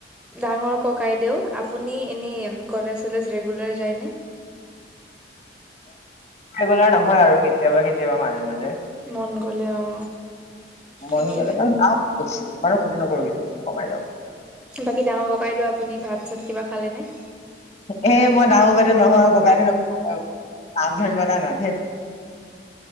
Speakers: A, in the centre; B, on the left.
A: ডাঙৰ কাইদেও আপুনি নি এনে, ম কলেজ-চলেজ ৰেগুলাৰ যায় ন?
B: ৰেগুলাৰ নহয় আৰু কেতিয়াবা কেতিয়াবা মাজে মাজে।
A: মন গ'লে, অ'। ঠিকেই
B: মন গ'লে <unintelligible> ক্ষতি নকৰাকে কমাই যাওঁ।
A: বাকী ডাঙৰ ককাইদেউ, আপুনি ভাত-চাত কিবা খালে নে?
B: এ মই ডাঙৰ ককাইদেউ নহয়, নাম ধৰি মাতা না ধেত